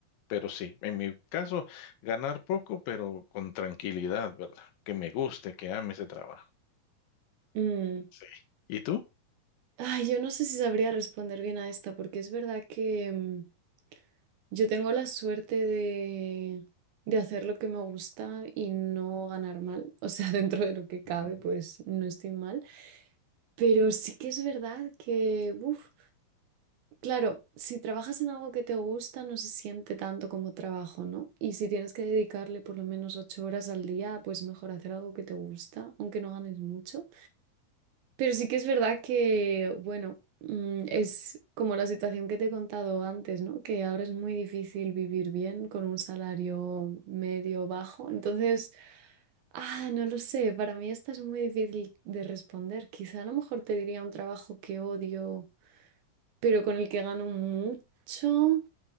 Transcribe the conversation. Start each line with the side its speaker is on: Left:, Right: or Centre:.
Left: Pero sí, en mi caso, ganar poco, pero con tranquilidad, ¿verdad? Que me guste, que ame ese trabajo.
Right: Mm,
Left: sí. ¿Y tú?
Right: Ay, yo no sé si sabría responder bien a esta, porque es verdad que mm, yo tengo la suerte de, de hacer lo que me gusta y no ganar mal. O sea, <laughs> dentro de lo que cabe,
Left: Ujú.
Right: pues no estoy mal. Pero sí que es verdad que, uf, claro, si trabajas en algo que te gusta, no se siente tanto como trabajo, ¿no? Y si tienes que dedicarle por lo menos ocho horas al día, pues mejor hacer algo que te gusta, aunque no ganes mucho. Pero sí que es verdad que, bueno, mm, es como la situación que te he contado antes, ¿no? Que ahora es muy difícil vivir bien con un salario medio bajo. Entonces, ah, no lo sé, para mí esta es muy difícil de responder. Quizá a lo mejor te diría un trabajo que odio, pero con el que gano mucho